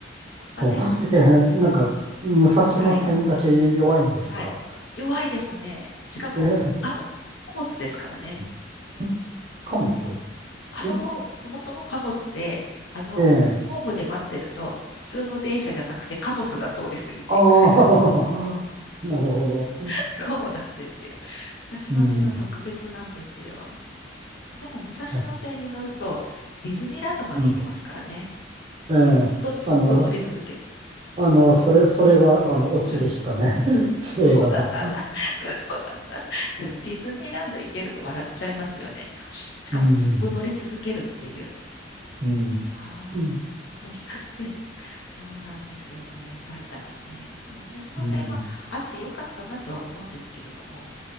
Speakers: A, on the left; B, on the right.
A: まあね、
B: あえーなんか、武蔵野線だけ弱いんですか
A: はい、はい。弱いですね。しかも、
B: えー、
A: 貨物貨物ですからね。
B: <laughs> 貨物
A: あそこ、
B: え、
A: そもそも貨物で、あの、
B: ええ
A: ホームで待ってると、普通の電車じゃなくて貨物が通り過ぎていく。
B: ああー、<laughs> なるほど。
A: <laughs> そうなんですよ。武蔵野線は特別なんですよ。
B: うん、
A: でも、武蔵野線に乗ると、
B: え、
A: ディズニーランドまで行けますからね。
B: うん、ええあの、
A: ずっとずっと乗り続ける。
B: あの、それ、それが、あの、オチでしたね。
A: うん。
B: <laughs> 映画の。
A: そうだったんだ。<laughs> そうだった。そうディズニーランド行けるの笑っちゃいますよね。しかも、
B: うん、
A: ずっと乗り続けるっていう。
B: うん、
A: ああ、
B: うん、
A: 武蔵野。そうなんですよね。埼玉ね。今武蔵野線はあってよかったなとは思うんですけれども、
B: うん